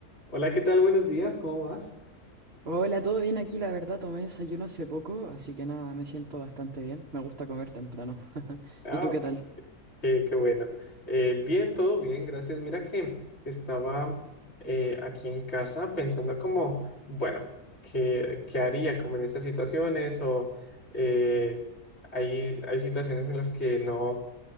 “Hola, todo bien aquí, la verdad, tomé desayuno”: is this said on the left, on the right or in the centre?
Right